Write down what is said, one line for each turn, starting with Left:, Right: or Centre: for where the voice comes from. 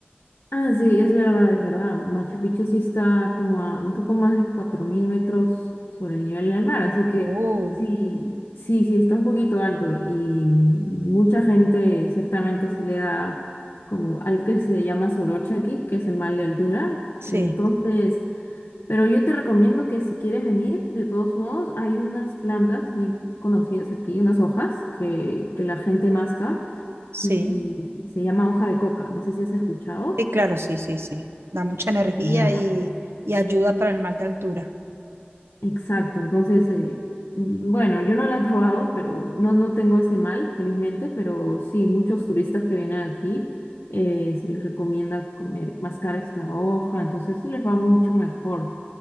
Left: Ah, sí, es verdad, es verdad. Machu Picchu sí está como a un poco más de 4.000 metros sobre el nivel del mar, así que
Right: Uh,
Left: sí, sí, sí, está un poquito alto y mucha gente ciertamente sí le da como algo que se llama soroche aquí, que es el mal de altura,
Right: sí,
Left: y entonces... Pero yo te recomiendo que si quieres venir, de todos modos, hay unas plantas bien conocidas aquí, unas hojas que, que la gente masca
Right: sí,
Left: y se llama hoja de coca. No sé si has escuchado.
Right: sí, claro, sí, sí, sí. Da mucha energía
Left: Ya,
Right: y, y ayuda para el mal de altura.
Left: exacto. Entonces, eh, bueno, yo no la he <laughs> probado, pero no, no tengo ese mal, felizmente, pero sí, muchos turistas que vienen aquí eh, se les recomienda comer, mascar esta hoja, entonces se les va mucho mejor.